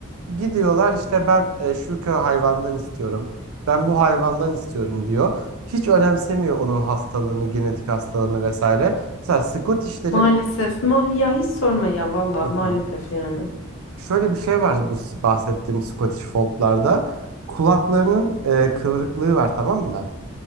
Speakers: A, on the right (about 80°); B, on the left (about 65°).
A: Gidiyorlar işte ben e, şu köy hayvandan istiyorum. Ben bu hayvandan istiyorum diyor. Hiç önemsemiyor onun hastalığını, genetik hastalığını vesaire. Mesela Scottish'lerin
B: Maalesef ma ya hiç sorma ya vallahi
A: Hı hı.
B: maalesef yani.
A: şöyle bir şey var bu s- bahsettiğim Scottish Fold'larda. Kulaklarının e, kıvrıklığı var tamam mı?